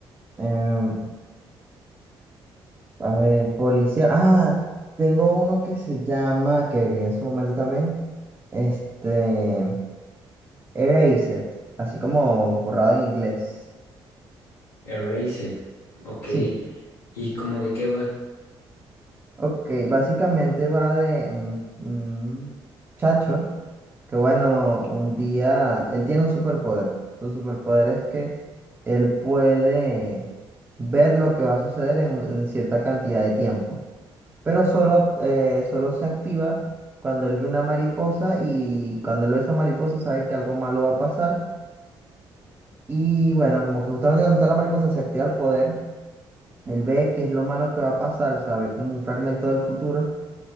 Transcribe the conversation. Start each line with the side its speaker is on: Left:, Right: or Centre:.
Right: em, a ver, policía. Ah, tengo uno que se llama, que vi en su momento también, este, Erased, así como borrado en inglés.
Left: Erased. Ok.
Right: Sí.
Left: ¿Y cómo de qué va?
Right: Ok, básicamente va de un, un chacho que bueno, un día, él tiene un superpoder. Su superpoder es que él puede ver lo que va a suceder en, en cierta cantidad de tiempo, pero solo, eh, solo se activa cuando él ve una mariposa y cuando él ve esa mariposa sabe que algo malo va a pasar. Y bueno, como que justamente cuando está la mariposa se activa el poder, él ve que es lo malo que va a pasar, o sea, ve como un fragmento del futuro.